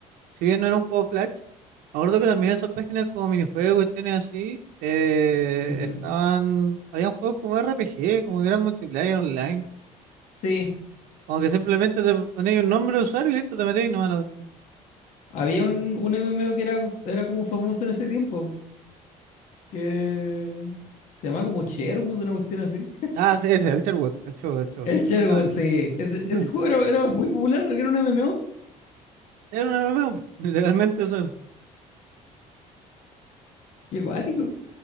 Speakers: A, on the right (about 75°); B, on the left (about 60°).
A: si bien no era un juego Flash, me acuerdo que también esas páginas como minijuegos, tienen así, eh,
B: Ujú.
A: estaban, habían juegos como RPG, como que eran multiplayer online,
B: Sí,
A: como que simplemente te ponías un nombre de usuario y listo, te metías y no a la cuestión.
B: Había un, un MMO que era, era como famoso en ese tiempo, que se llamaba como Sherwood, una cuestión así.
A: Ah, sí, ese, el Sherwood, el Sherwood, el Sherwood,
B: El Sherwood,
A: justamente.
B: sí. Ese,
A: <laughs>
B: ese juego era, era muy popular, era un MMO.
A: Era un MMO, <laughs> literalmente eso. era.
B: Qué guático.